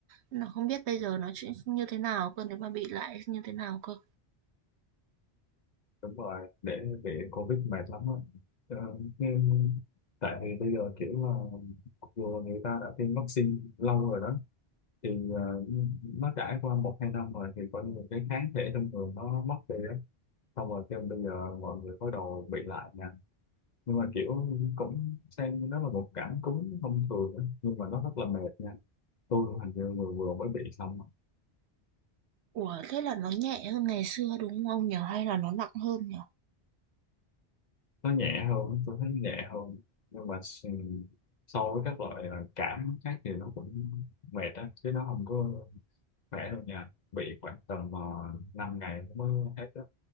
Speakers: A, on the right; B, on the left.
A: Nó không biết bây giờ nó chuyện như thế nào cơ, nếu mà bị lại như thế nào cơ.
B: đúng rồi để bị covid mệt lắm á ờ, nhưng- tại vì bây giờ kiểu là mặc dù người ta đã tiêm vaccine lâu rồi đó thì ờ, nó trải qua một hai năm rồi thì coi như cái kháng thể trong người nó mất đi á xong rồi kêu bây giờ mọi người bắt đầu bị lại nè nhưng mà kiểu cũng xem nó là một cảm cúm thông thường á, nhưng mà nó rất là mệt nha tôi hình như vừa vừa mới bị xong á.
A: Ủa, thế là nó nhẹ hơn ngày xưa đúng không nhỉ? Hay là nó nặng hơn nhỉ?
B: nó nhẹ hơn tôi thấy nhẹ hơn nhưng mà s- so với các loại ờ, cảm khác thì nó cũng mệt á chứ nó không có khỏe đâu nha bị khoảng tầm uh, 5 ngày nó mới hết á